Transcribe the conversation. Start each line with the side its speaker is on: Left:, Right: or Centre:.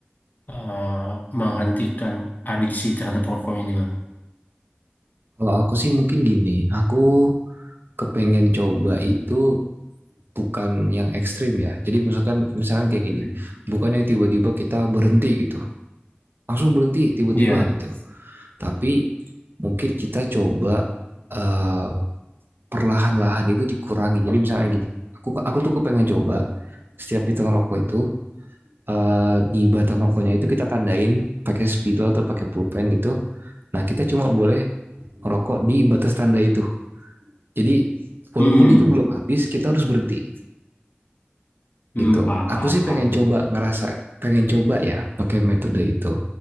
Left: eh, menghentikan adiksi terhadap rokok ini bang
Right: kalau aku sih mungkin gini aku kepengen coba itu bukan yang ekstrim ya jadi misalkan misalkan kayak gini
Left: Hmm.
Right: bukan yang tiba-tiba kita berhenti gitu langsung berhenti tiba-tiba
Left: iya
Right: gitu tapi mungkin kita coba eh, perlahan-lahan itu dikurangi. Jadi misalnya gini, aku aku tuh kepengen coba setiap kita ngerokok itu eh, di batang rokoknya itu kita tandain pakai spidol atau pakai pulpen gitu. Nah, kita cuma boleh ngerokok di batas tanda itu. Jadi walaupun
Left: hmm
Right: itu belum habis, kita harus berhenti
Left: hmm
Right: gitu.
Left: paham
Right: Aku
Left: paham
Right: sih
Left: paham
Right: pengen coba ngerasa pengen coba ya pakai metode itu.